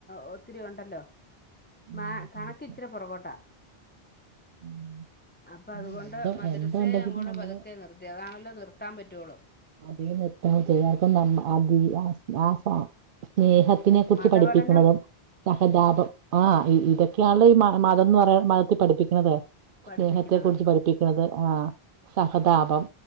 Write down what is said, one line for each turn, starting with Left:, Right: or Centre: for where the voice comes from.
Left: ഒത്തിരി ഉണ്ടല്ലോ
Right: ഉം
Left: മാ കണക്ക
Right: പഠിക്കും
Left: ഇച്ചിിന പുറകോട്ടാ
Right: ഉം
Left: അപ്പൊ അതുകൊണ്ട്
Right: ആഹ് എന്തോ
Left: മദ്രസയെ
Right: എന്തുണ്ടെങ്കിലും
Left: അങ്ങോട്ട്
Right: നമ്മള്
Left: പതുക്കെ നിർത്തി അതാണല്ലോ നിർത്താൻ പറ്റുള്ളൂ
Right: അതേ നിർത്താൻ <unintelligible> നമ്മ അതില് ആ സ്നേഹ ത്തിനെ കുറിച്ച്
Left: മതപഠനം
Right: പഠിപ്പിക്ക്ണതും സഹതാപം ആഹ് ഇതൊക്കെയാണല്ലോ ഈ മ മതംന്ന് പറയ് മതത്തിൽ പഠിപ്പിക്ക്ണതേ
Left: പഠിപ്പിക്കണത്
Right: സ്നേഹത്തെ കുറിച്ച് പഠിപ്പിക്ക്ണത് ആഹ് സഹതാപം